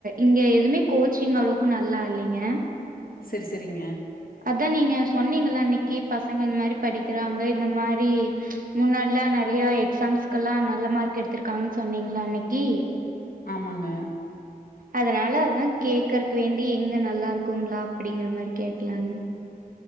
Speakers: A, on the right; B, on the left.
A: இங்க எதுமே கோச்சிங் அளவுக்கோ நல்லா இல்லைங்க
B: சேர் சேரிங்க
A: அதா நீங்க சொன்னீங்கல அன்னைக்கு பசங்க. இந்த மாரி படிக்கிறாங்க இந்த மாரி முன்னாடிலா நெறய எக்ஸாம்ஸ்க்கெல்லா நல்ல மார்க் எடுத்திருக்காங்கன்னு சொன்னீங்களா அன்னைக்கி
B: ஆமாங்க
A: அதனால அதா கே்கறக்கு வேண்டி எங்க நல்லா இருக்குங்களா அப்டிங்கிற மாரி கேக்கலானு